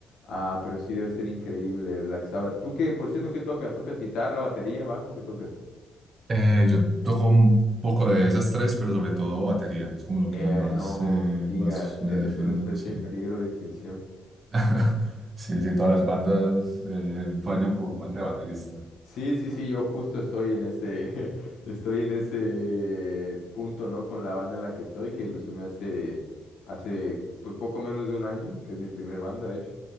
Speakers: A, on the left (about 80°); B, on the right (about 40°).
A: Ah, pero sí debe ser increíble Black Sabbath. ¿Tú qué, por cierto, qué tocas? ¿Tocas guitarra, batería, bajo? ¿Qué tocas?
B: Eh, yo toco un poco de esas tres, pero sobre todo batería. Es como lo
A: Eh,
B: que más,
A: no,
B: eh,
A: no digas,
B: más me
A: eres
B: defiendo,
A: una especie
B: sí.
A: en peligro de extinción.
B: <laughs> Sí, sí, todas las bandas eh, fallan por falta de baterista.
A: Sí, sí, sí, yo justo estoy en ese, <laughs> estoy en ese punto, ¿no? Con la banda en la que estoy, que me sumé hace, hace, pues poco menos de un año, que es mi primer banda, de hecho.